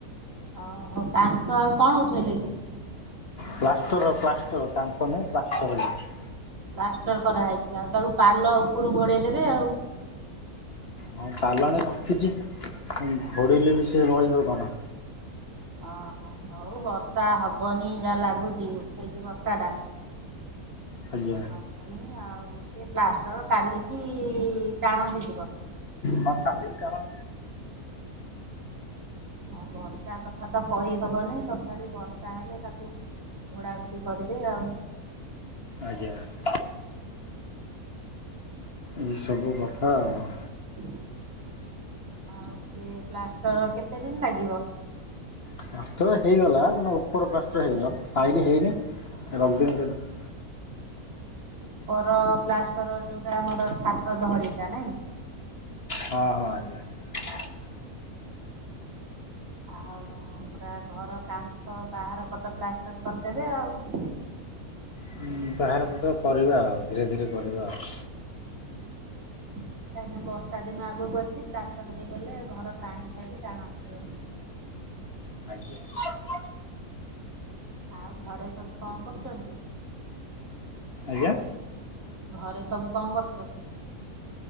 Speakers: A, on the right; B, on the left.
A: ଅ ହ କାନ୍ଥ ଆଉ କଣ ଉଠେଇଲେ କି?
B: ପ୍ଲାଷ୍ଟର ପ୍ଲାଷ୍ଟର କାନ୍ଥ ନୁହଁ ପ୍ଲାଷ୍ଟର ହେଇଛି।
A: ପ୍ଲାଷ୍ଟର କରାହେଇଛି ଆଉ ତାକୁ ପାଲ ଉପରୁ ଘୋଡେ଼ଇ ଦେବେ ଆଉ
B: ହଁ ଚାଲାଣ ରଖିଛି ଘୋଡେ଼ଇଲେ ବି ସେ ରହିବ କଣ?
A: ଓହୋ ହଉ ବର୍ଷା ହବନି ଯାହା ଲାଗୁଚି ଉଠେଇଚି ବର୍ଷାଟା
B: ଆଜ୍ଞା।
A: ହବନି ଆଉ ସେ ପ୍ଲାଷ୍ଟର କାଲିକି ଟାଣ ହେଇଯିବ।
B: ହଁ କଲିକି ଟାଣ
A: ଆଉ ବର୍ଷା କଥା ତ କଇହବନି, ତଥାପି ବର୍ଷା ହେଲେ ତାକୁ ଘୋଡ଼ାଘୋଡି କରିବେ ଆଉ।
B: ଆଜ୍ଞା। ଏଇସବୁ କଥା ଆଉ।
A: ହଁ ଆଉ ସେ ପ୍ଲାଷ୍ଟର କେତେ ଦିନ୍ ଲାଗିବ?
B: ପ୍ଲାଷ୍ଟର ହେଇଗଲା ମାନେ ଓପର ପ୍ଲାଷ୍ଟର ହେଇଗଲା, ସାଇଡ଼ ହେଇନି <unintelligible>
A: ଓପର ପ୍ଲାଷ୍ଟର ଯୋଉଟା ଆମର ଛାତ ଧଡିଟା ନାଇଁ?
B: ହଁ-ହଁ ଆଜ୍ଞା। ହ
A: ଆଉ ପୁରା ଘର କାନ୍ଥ ବାହାର ପଟ ପ୍ଲାଷ୍ଟର୍ କରିଦେବେ ଆଉ।
B: ହୁଁ ବାହାର ପଟ କରିବା ଆଉ, ଧୀରେ-ଧୀରେ କରିବା ଆଉ।
A: କାହିଁକି ନା ବର୍ଷା ଦିନ ଆଗକୁ ଅଛି ପ୍ଲାଷ୍ଟର ହେଇଗଲେ ଘର ପାଣି ଖାଇକି ଟାଣ ହେଇଯିବ।
B: ଆଜ୍ଞା।
A: ଆଉ ଘରେ ସବୁ କଣ କରୁଚନ୍ତି?
B: ଆଜ୍ଞା?
A: ଘରେ ସବୁ କଣ କରୁଚନ୍ତି?